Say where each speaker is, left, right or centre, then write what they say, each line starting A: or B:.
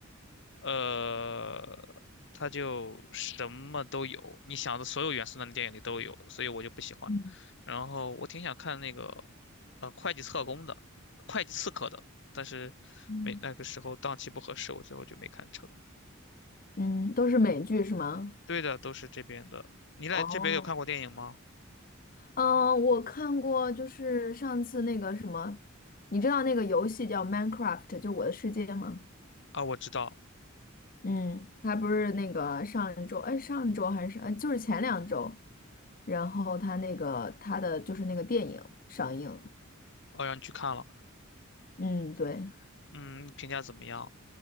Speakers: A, on the left (about 60°); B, on the left (about 40°).
A: 呃，它就什么都有，你想的所有元素那个电影里都有，所以我就不喜欢。
B: 嗯
A: 然后我挺想看那个，呃，会计特工的，会计刺客的，但是没那个时候档期不合适，
B: 嗯
A: 我最后就没看成。
B: 嗯，都是美剧是吗？
A: 对的，都是这边的。你来这边有看过电影吗？
B: 哦，嗯，我看过，就是上次那个什么，你知道那个游戏叫《Minecraft》，就我的世界吗？
A: 啊，我知道，
B: 嗯，它不是那个上一周，哎，上周还是哎，就是前两周，然后它那个它的就是那个电影上映，
A: 哦，让你去看了。
B: 嗯，对，
A: 嗯，评价怎么样？